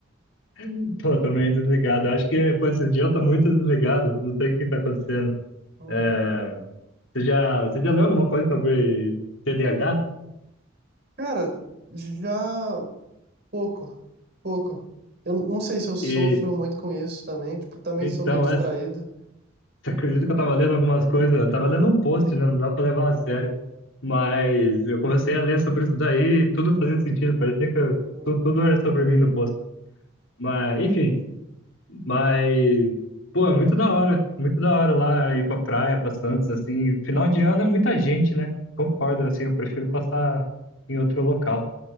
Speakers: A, on the left; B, on the right.
A: <laughs> Tô também desligado. Eu acho que, pô, esse dia eu tô muito desligado. Não sei o que tá acontecendo.
B: Uhum.
A: É... Você já, você já leu alguma coisa sobre TDAH?
B: Cara, já pouco, pouco. Eu não sei se eu sofro
A: E
B: muito com isso também, tipo, também
A: então,
B: sou meio distraído.
A: é, você acredita que eu tava lendo algumas coisas? Eu tava lendo um post, né? Não dá pra levar a sério.
B: Uhum,
A: Mas eu comecei a ler sobre isso daí e tudo fazia sentido. Parecia que eu-
B: uhum.
A: tu- tudo, era sobre mim no post. Mas, enfim, mas. Pô, é muito da hora. Muito da hora lá ir pra praia, pra Santos, assim. Final de ano é muita gente, né? Concordo, assim, eu prefiro
B: Uhum.
A: passar em outro local,